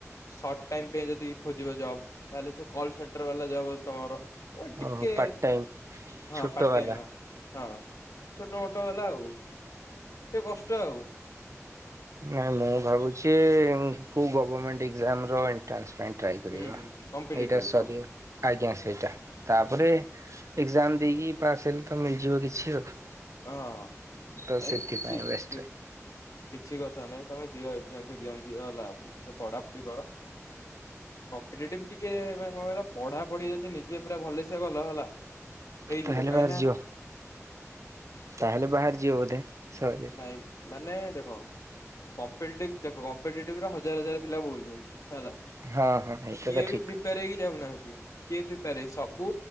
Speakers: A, on the left; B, on the right.
A: ସର୍ଟ ଟାଇ ପାଇଁ ଯଦି ଖୋଜିବ ଜବ୍ ତାହେଲେ ସେ କଲ୍ ସେଣ୍ଟର ବାଲା ଜବ୍ ଅଛି ତମର ଏ ଟିକେ
B: ଓହୋ ପାର୍ଟ ଟାଇମ୍
A: ହଁ
B: ଛୋଟ
A: ପାର୍ଟ
B: ବାଲା।
A: ଟାଇମ୍ ହଁ। ହଁ ଛୋଟ ମୋଟ ହେଲା ଆଉ। ଟିକେ କଷ୍ଟ ଆଉ।
B: ନାଇଁ ମୁଁ ଭାବୁଛି କୋଉ ଗଭରମେଣ୍ଟ ଏଜାମ ର ଏ ଏଣ୍ଟ୍ରାନ୍ସ ପାଇଁ ଟ୍ରାଏ କରିବ
A: ହୁଁ କମ୍ପିଟେଟିଭ
B: ଏଇଟା ସରିବ
A: ହଁ
B: ଆଜ୍ଞା ସେଇଟା
A: ହୁଁ
B: ତାପରେ ଏକ୍ଜାମ ଦେଇକି ପାସ୍ ହେଲେ ତ ମିଳିଯିବ କିଛି ଆଉ।
A: ହଁ
B: ତ
A: ନାଇଁ
B: ସେଥିପାଇଁ
A: କିଛି
B: ବେଷ୍ଟ ଟ୍ରାଏ
A: କିଛି କଥା ନାଇଁ ତମେ ଦିଅ ଏକ୍ଜାମ୍ ଫେକ୍ଜାମ୍ ଦିଅ ହେଲା ଭଲ ସେ ପଢ଼ାପଢ଼ି କର। କମ୍ପିଟିଟିଭ ଟିକେ କଣ କହିଲ ପଢ଼ାପଢ଼ି ଯଦି ନିଜେ ପୁରା ଭଲସେ କଲ ହେଲା। ହେଇଯିବ
B: ତାହେଲେ
A: କାହିଁକି
B: ବାହାରି
A: ନା
B: ଯିବ ତାହେଲେ ବାହାରି ଯିବ ବୋଧେ ସରି।
A: ନାଇଁ ମାନେ ଦେଖ କମ୍ପିଟିଟିଭ ଦେଖ କମ୍ପିଟିଟିଭ ରେ ହଜାର ହଜାର ପିଲା <unintelligible> ହେଲା
B: ହଁ ହଁ ଏଇଟା
A: କିଏ
B: ତ ଠିକ
A: ବି ପ୍ରିପାର ହେଇକି ଯାଉନାହାନ୍ତି। କିଏ ପ୍ରିପାର ହେଇ ସବୁ